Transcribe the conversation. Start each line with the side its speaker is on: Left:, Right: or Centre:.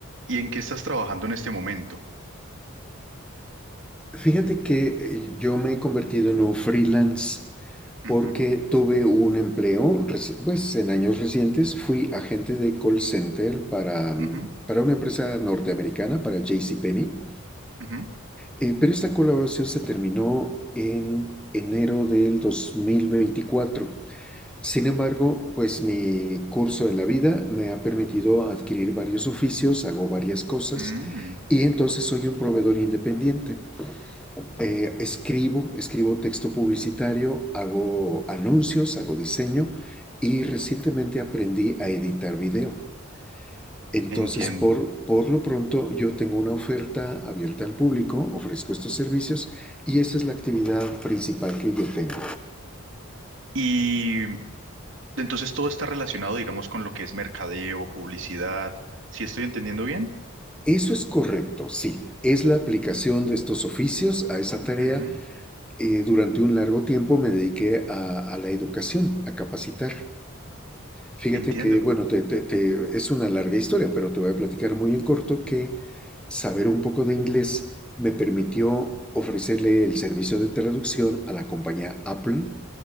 Right: ¿Y en qué estás trabajando en este momento?
Centre: Fíjate que eh, yo me he convertido en un freelance
Right: Ujú,
Centre: porque tuve un empleo, reci- pues en años recientes fui agente de call center para, mm,
Right: ujú,
Centre: para una empresa norteamericana, para JCPenney,
Right: ujú.
Centre: eh, pero esta colaboración se terminó en enero del 2024. Sin embargo, pues mi curso en la vida me ha permitido adquirir varios oficios, hago varias cosas
Right: Mm,
Centre: y entonces soy un proveedor independiente eh, escribo, escribo texto publicitario, hago anuncios, hago diseño y recientemente aprendí a editar video. Entonces,
Right: entiendo.
Centre: por, por lo pronto, yo tengo una oferta abierta al público, ofrezco estos servicios y esa es la actividad principal que yo tengo.
Right: Y entonces todo está relacionado, digamos, con lo que es mercadeo, publicidad. Si estoy entendiendo bien?
Centre: Eso es correcto, sí. Es la aplicación de estos oficios a esa tarea.
Right: Ujú,
Centre: Eh, durante un largo tiempo me dediqué a, a la educación, a capacitar. Fíjate
Right: entiendo.
Centre: que, bueno, te, te- te- es una larga historia, pero te voy a platicar muy en corto que saber un poco de inglés me permitió ofrecerle el servicio de traducción a la compañía Apple